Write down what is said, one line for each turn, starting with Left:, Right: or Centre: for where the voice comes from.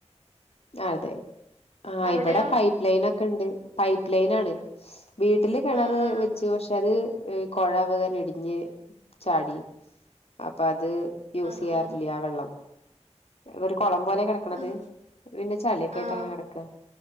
Left: അതെ. ആഹ്
Right: അവിടെയോ
Left: ഇവിടെ പൈപ്പ് ലൈൻ ഒക്കെണ്ട്. പൈപ്പ് ലൈൻ ആണ്. വീട്ടില് കെണർ
Right: ആഹ് ആഹ്
Left: വെച്ചു. പക്ഷെ ക്ഷെ അത് ഏഹ് കൊള വകാര് ഇടിഞ്ഞ് ചാടി. അപ്പ അത് യൂസ്
Right: ആഹ്
Left: ചെയ്യാറില്ല.
Right: ആഹ്
Left: ആ വെള്ളം. ഒരു കുളം പോലെ കെടക്ക്ണത്.
Right: ആഹ്
Left: പിന്നെ ചളിയൊക്കായിട്ട്
Right: ആഹ്
Left: അങ്ങനെ കെടക്കാ.